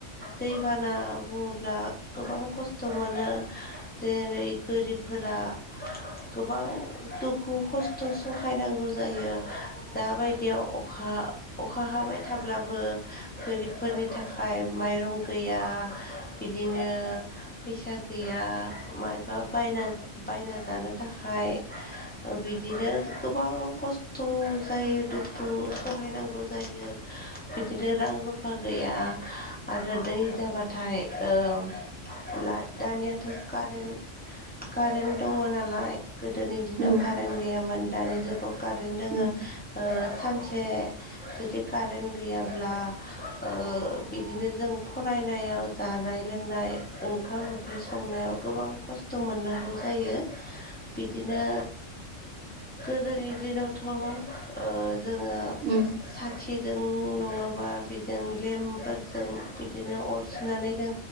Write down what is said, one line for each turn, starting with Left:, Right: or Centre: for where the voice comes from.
Left: दैबाना बुङोब्ला गोबां खस्थ' मोनो जेरै गोरिबफोरा गोबां दुखु खस्थ' सहायनांगौ जायो दा बायदियाव अखा अखा हाबाय थाब्लाबो गोरिबफोरनि थाखाय माइरं गैया। बिदिनो फैसा गैया मायबा बायना बायना जानो थाखाय ओ बिदिनो गोबां खस्थ' जायो दुखु सु सहायनांगौ जायो बिदिनो रां रुफा गैया आरो दै जाबाथाय ओ ला दानियाथ' कारेन्ट कारेन्ट दङ नालाय गोदोनि दिनाव
Right: उम
Left: कारेन्ट गैयामोन दानि जुगाव कारेन्ट दोङो
Right: उम
Left: ओ मोनसे जुदि कारेन्ट गैयाब्ला ओ बिदिनो जों फरायनाय जानाय लोंनाय ओंखाम ओंख्रि संनायाव गोबां खस्थ' मोननांगौ गौ जायो बिदिनो गोदोनि दिनावथ' ओ जोङो
Right: उम
Left: साथि जों नङाबा बिजों लेम्पफोरजों बिदिनो अर सुनानै जों